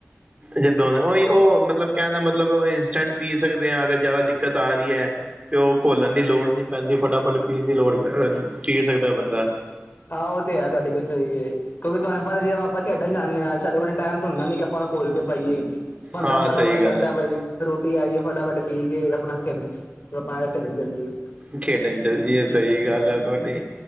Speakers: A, on the right; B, on the left.
A: ਜਦੋ ਨੇ ਉਹੀ ਉਹ ਮਤਲਬ ਕਹਿਣ ਦਾ ਮਤਲਬ ਇੰਸਟੈਂਟ ਪੀ ਸਕਦੇ ਆ ਅਗਰ ਜ਼ਿਆਦਾ। ਤਾ ਰਹੀ ਹੈ। ਤੇ ਓ ਘੋਲਣ ਦੀ ਲੋੜ ਨਈ ਪੈਂਦੀ, ਫਟਾਫਟ ਪੀਣ ਦੀ ਲੋੜ ਪੈ ਪੀ ਸਕਦਾ ਬੰਦਾ।
B: ਹਾਂ ਉਹ ਤੇ ਹੈ ਤੁਹਾਡੀ ਗੱਲ ਸਹੀ ਹੈ। ਕਿਉਂਕਿ ਤੁਹਾਨੂੰ ਪਤਾ ਜੇ ਆਪਾਂ ਖੇਡਣ ਜਾਂਦੇ ਹਾਂ ਸਾਡੇ ਕੋਲ ਟਾਈਮ ਤਾਂ ਹੁੰਦਾ ਨੀ ਕਿ ਆਪਾਂ ਨੂੰ ਘੋਲ ਕੇ ਪਾਈਏ। ਬੰਦਾ
A: ਹਾਂ
B: ਫਟਾਫਟੇ
A: ਸਹੀ
B: ਕਰਦਾ
A: ਗੱਲ ਹੈ
B: ਬਾਈ ਰੋਟੀ ਆਈਏ ਫਟਾਫਟ ਪੀ ਕੇ ਆਪਣਾ ਖੇਡਣ ਆਪਣਾ ਖੇਡਣ ਜਾਈਏ
A: ਖੇਡਨ ਚੱਲ ਜੀਏ ਇਹ ਸਹੀ ਗੱਲ ਆ ਤੁਹਾਡੀ